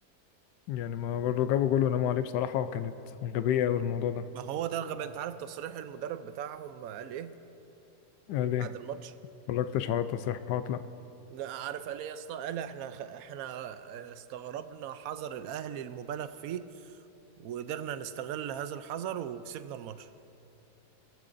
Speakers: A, on the left; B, on the right.
A: يعني ما برضه جابوا جول وناموا عليه بصراحه وكانت غبيه أوي الموضوع ده
B: ما هو ده الغباء انت عارف تصريح المدرب بتاعهم قال ايه
A: يعني ليه
B: بعد
A: ما
B: الماتش
A: اتفرجتش على التصريحات لا
B: لا، عارف قال ايه يا اسطى قال احنا خ... احنا آه، استغربنا حذر الاهلي المبالغ فيه وقدرنا نستغل هذا الحذر وكسبنا الماتش